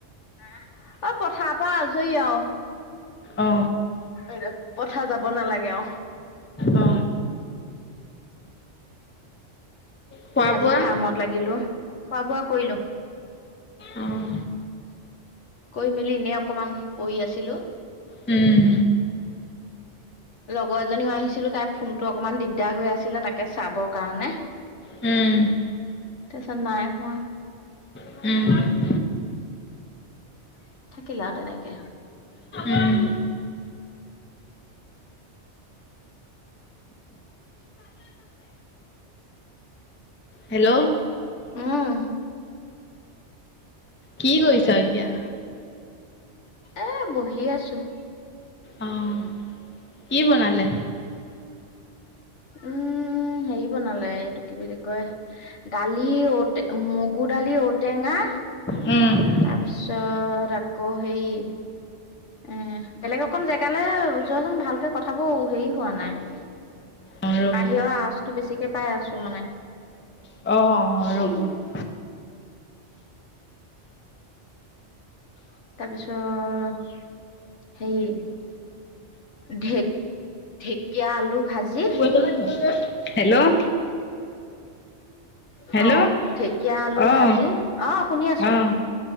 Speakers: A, on the left; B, on the left.
A: হা অ পথাৰ পৰা আজৰি আও
B: অ
A: এ পথাৰ যাব নালাগে আও
B: অ খোৱা
A: আজি
B: বোৱা
A: ফাৰ্মত লাগিলো খোৱা বোৱা কৰিলো।
B: অহ
A: কৰি মেলি এনেই অকণমান পৰি আছিলো
B: উম।
A: লগৰ এজনীও আহিছিলো তাইৰ ফোনটো অকনমান দিগদাৰ হৈ আছিলে তাকে চাবৰ কাৰণে।
B: উম।
A: তাৰপাছত নাই হোৱা।
B: উম।
A: থাকিল আউ তেনেকে।
B: উম হেল্ল'।
A: অ
B: কি কৰিছ এতিয়া?
A: এ, বহি আছোঁ।
B: অহ। কি বনালে?
A: উম। হেৰি বনালে, এইটো কি বুলি কয়? দালি, ঔট মগু দালি, ঔটেঙা
B: উম।
A: তাৰপিছত, আকৌ হেৰি এহ, বেলেগ অকণ জেগালে যোৱাচোন, ভালকে কথাবোৰ হেৰি হোৱা নাই।
B: অ ৰ'ব
A: বাহিৰৰ আৱাজটো বেছিকে পাই আছো মানে।
B: অ' অ' ৰ'ব।
A: তাৰপিছত, হেৰি ঢেক, ঢেঁকীয়া আলু ভাজি
B: <unintelligible> হেল্ল' হেল্ল'
A: অ'হ। ঢেঁকীয়া আলু
B: অ
A: ভাজি, অ' শুনি আছো
B: অ',